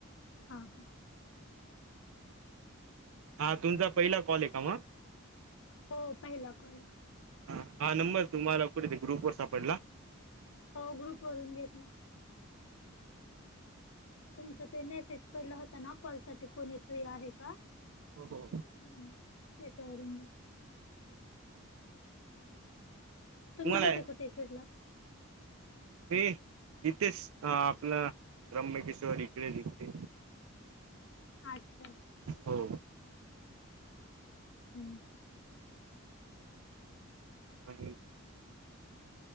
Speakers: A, on the left; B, on the right.
A: हा हा
B: हा तुमचा पहिला कॉल आहे का मग?
A: हो पाहिला कॉल हे.
B: ह हा नंबर तुम्हाला कुठेेत ग्रुप वर सापडला.
A: हो ग्रुप वरून घेतला. तुमच ते मेसेज पडला होता ना कॉल साठी कोणी फ्री आहे का.
B: हो हो
A: हम्म त्याच्यावरून तुम्ही कुठे
B: आहे
A: कुठे फिरलात?
B: म तिथेच आपलं त्रममकेश्वर इकडे दिघते
A: अच्छा अच्छा
B: हो.
A: हम्म.
B: <inaudible>